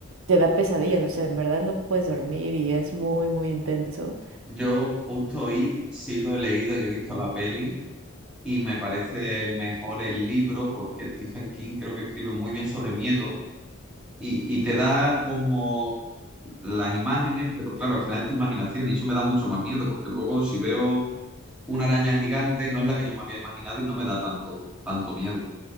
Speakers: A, on the right; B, in the centre.
A: te da pesadillas, o sea, en verdad no puedes dormir y es muy, muy intenso.
B: Yo justo It sí lo he leído y he visto la peli. y me parece mejor el libro porque Stephen King creo que escribe muy bien sobre miedo y, y te da como las imágenes, pero claro, al final es tu imaginación y eso me da mucho más miedo porque luego si veo una araña gigante no es la que yo me había imaginado y no me da tanto, tanto miedo.